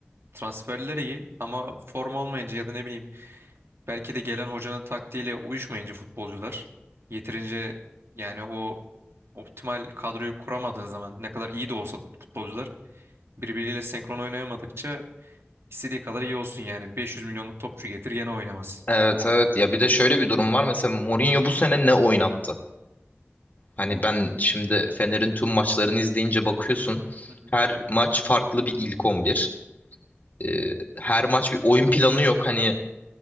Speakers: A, on the right (about 80°); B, on the left (about 45°).
A: transferleri iyi ama form olmayınca ya da ne bileyim belki de gelen hocanın taktiğiyle uyuşmayınca futbolcular yeterince yani o optimal kadroyu kuramadığın zaman ne kadar iyi de olsa futbolcular birbiriyle senkron oynayamadıkça istediği kadar iyi olsun yani 500 milyonluk topçu getir gene oynamaz.
B: Evet evet ya bir de şöyle bir durum var. Mesela Mourinho bu sene ne oynattı? Hani ben şimdi Fener'in tüm maçlarını izleyince bakıyorsun.
A: Hı hı.
B: Her maç farklı bir ilk 11. Ee, her maç bir oyun planı yok. Hani